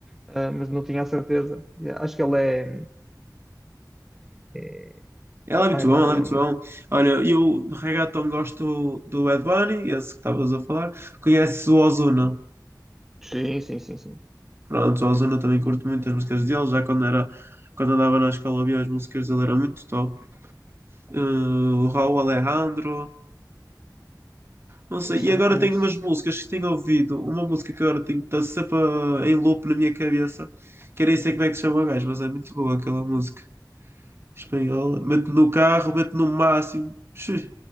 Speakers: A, in the centre; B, on the right (about 35°).
A: Ah, mas não tinha a certeza. E Acho que ele é, é...
B: Ela é
A: Ah,
B: muito
A: então,
B: bom, ela
A: perdão,
B: é muito
A: não.
B: bom. Olha, eu de reggaeton gosto do Bad Bunny, esse que estavas a falar. Conheço o Ozuna.
A: Sim, sim, sim, sim.
B: Pronto, o Ozuna também curto muito as músicas dele. Já quando era, quando andava na escola havia as músicas dele, era muito top. Eh, o Raul Alejandro. Não sei.
A: Esse
B: E
A: já
B: agora
A: não conheço.
B: tenho umas músicas que tenho ouvido. Uma música que agora tenho está sempre a- em loop na minha cabeça. Que nem sei como é que se chama o gajo, mas é muito boa aquela música espanhola. Mete no carro, mete no máximo. Xux.